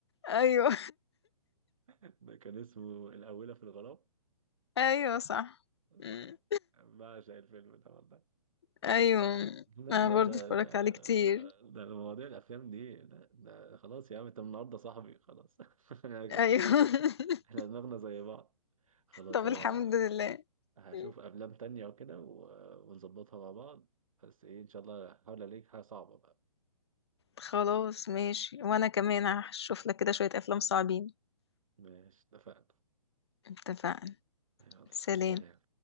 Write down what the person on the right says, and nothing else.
<laughs> ده كان اسمه الاولى في الغرام
بص،
بعشق الفيلم ده والله
لا
لا
ده
ده
ده مواضيع الافلام دي لا ده خلاص يا عم انت من النهارده صاحبي خلاص <laughs>
احنا دماغنا زي بعض خلاص
انا
هشوف
افلام تانية وكده و- ونظبطها مع بعض بس ايه ان شاء الله هحاول الاقيها صعبة بقى
ماشي اتفقنا
يلا
سلام